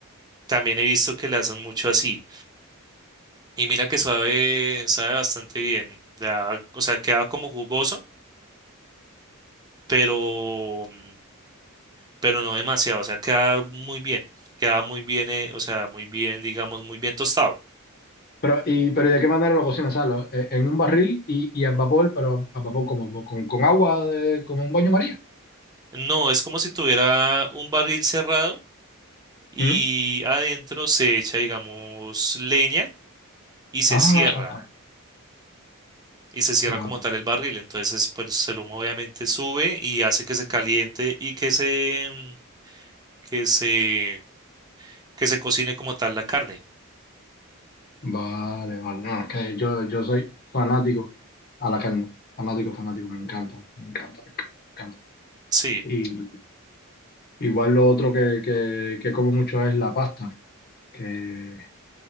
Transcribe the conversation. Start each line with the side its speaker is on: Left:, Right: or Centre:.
Right: también he visto que le hacen mucho así. Y mira que sabe, sabe bastante bien. da- o sea, queda como jugoso, pero, mm, pero no demasiado. O sea, queda muy bien. Queda muy bien, eh, o sea, muy bien, digamos, muy bien tostado.
Left: Pero, y, pero ¿y de qué manera lo cocinas? ¿Sabes? Lo- eh, En un barril y, y en vapor, pero a vapor como con, con agua, de- como un baño María.
Right: No, es como si tuviera un barril cerrado y
Left: ¿Mm?
Right: adentro se echa, digamos, leña y se
Left: Ah,
Right: cierra. y se cierra
Left: Va-
Right: como tal el barril. Entonces, pues el humo obviamente sube y hace que se caliente y que se, que se, que se cocine como tal la carne.
Left: Vale, vale, no, es que yo, yo soy fanático a la carne, fanático, fanático, me encanta, me encanta, me encanta.
Right: Sí,
Left: Y igual lo otro que, que, que como mucho es la pasta, que